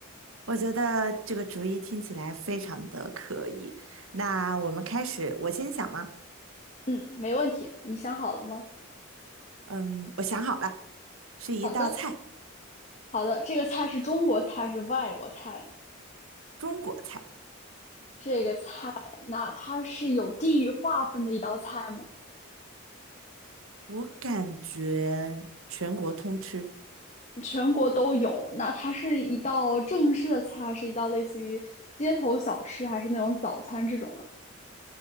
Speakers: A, on the right; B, on the left.
A: 我觉得这个主意听起来非常的可以。那我们开始，我先想吗？
B: 嗯，没问题。你想好了吗？
A: 嗯，我想好了，是一道菜，
B: 好的，好的。这个菜是中国菜，是外国菜？
A: 中国菜，
B: 这个菜，那它是有地域划分的一道菜吗？
A: 我感觉全国通吃。
B: 全国都有。那它是一道正式的菜，还是一道类似于街头小吃，还是那种早餐这种呢